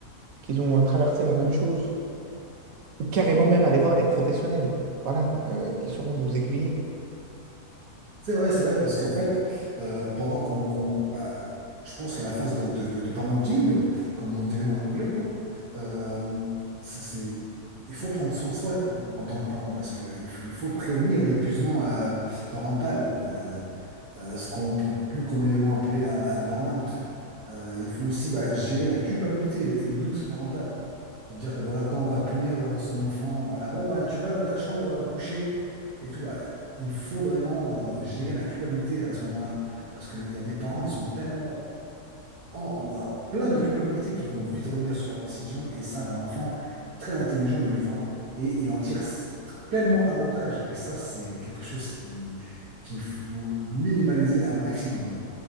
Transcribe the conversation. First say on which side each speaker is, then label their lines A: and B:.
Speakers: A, on the right; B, on the right.
A: qu'ils ont euh, traversé la même chose, ou carrément même aller voir des professionnels, voilà, euh, qui sauront nous aiguiller.
B: C'est vrai, c'est vrai, parce qu'en fait, euh, pendant qu'on, qu'on- bah, je pense que la phase de, de, de, de parenting, comme on dirait en anglais, quoi, euh, ça, c'est, il faut prendre soin de soi, tu vois, en tant que parent, parce que euh, il faut, il faut prévenir l'épuisement euh, parental. euh, euh, ce qu'on peut plus communément appeler un, un burn-out. Euh, il faut aussi bah, gérer la culpabilité et le, et le doute parental. C'est-à-dire que voilà, quand on va punir euh, son enfant, voilà, bon, ouais, tu vas dans ta chambre euh, coucher et tout, bah, il faut vraiment euh, gérer la culpabilité à ce moment-là. Parce qu'il y a des parents, ils sont tellement en, en- alors, plein de culpabilités qui vont vite revenir sur leurs décisions. Et ça, bah, l'enfant, très intelligent, il le voit et il en tire s- pleinement avantage. Et ça, c'est quelque chose qui, qu'il faut minimaliser un maximum.